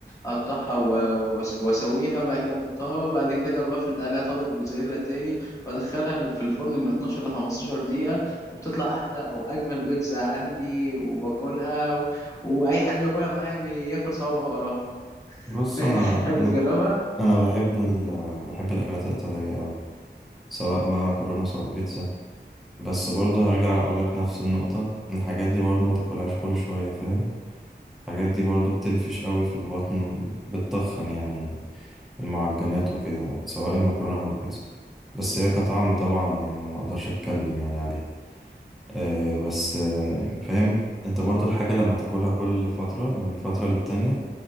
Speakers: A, on the left (about 15°); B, in the centre.
A: اقطعها و- وأس- واسويها وبعد كده احطها وبعد كده بفرد عليها طبقة موتزاريلا تاني وادخلها في الفرن من 12 ل 15 دقيقة وبتطلع احلى واجمل بيتزا عندي وباكلها و... واي حد بياكلها معايا بياكل صوابعه وراها
B: بص
A: <laughs>
B: أنا
A: تحب
B: أنا
A: تجربها
B: أنا بحب ال بحب الأكلات الإيطالية أوي سواء بقى مكرونة سواء بيتزا بس برضو هرجع أقولك نفس النقطة الحاجات دي برضو ما تاكلهاش كل شوية فاهم الحاجات دي برضو بتنفش قوي في البطن وبتتخن يعني المعجنات وكده سواء المكرونة أو البيتزا بس هي كطعم طبعا يعني أنا ما أقدرش أتكلم يعني عليها أه بس أه فاهم أنت برضو الحاجة لما تاكلها كل فترة من فترة للتانية